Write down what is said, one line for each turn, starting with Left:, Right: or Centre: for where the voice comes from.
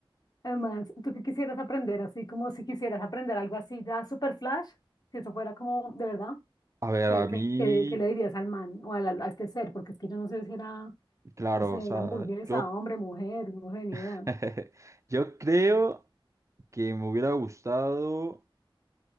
Left: Además, ¿tú qué quisieras aprender? Así como si quisieras aprender algo así ya super flash, si eso fuera como de verdad,
Right: A ver,
Left: ¿qué,
Right: a
Left: qué,
Right: mí,
Left: qué- qué le dirías al man o al- al- a, este ser? Porque es que yo no sé si era,
Right: claro,
Left: no sé,
Right: o sea,
Left: era hamburguesa,
Right: yo,
Left: hombre, mujer, no sé, ni
Right: <laughs>
Left: idea.
Right: yo creo que me hubiera gustado...